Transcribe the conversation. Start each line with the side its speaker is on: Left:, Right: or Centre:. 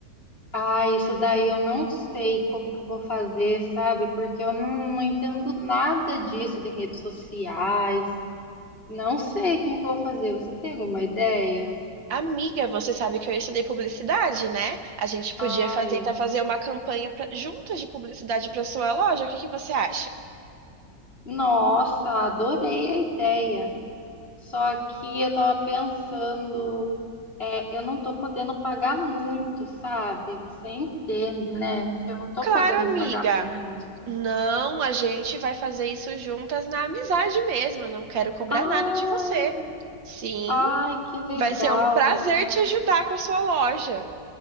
Left: Ah, isso daí eu não sei como que eu vou fazer, sabe? Porque eu não, não entendo nada disso de redes sociais. Não sei como que eu vou fazer. Você tem alguma ideia?
Right: Amiga, você sabe que eu estudei publicidade, né? A gente podia
Left: Ai,
Right: fa- tentar fazer uma campanha pra- juntas de publicidade para sua loja. O que que você acha?
Left: nossa, adorei a ideia. Só que eu tava pensando, é, eu não tô podendo pagar muito, sabe? Você entende, né? Que eu não tô
Right: Claro,
Left: podendo pagar
Right: amiga.
Left: muito.
Right: Não, a gente vai fazer isso juntas na amizade mesmo. Eu não quero cobrar
Left: Ah,
Right: nada de você. Sim,
Left: ai, que legal,
Right: vai ser um prazer
Left: então.
Right: te ajudar com a sua loja.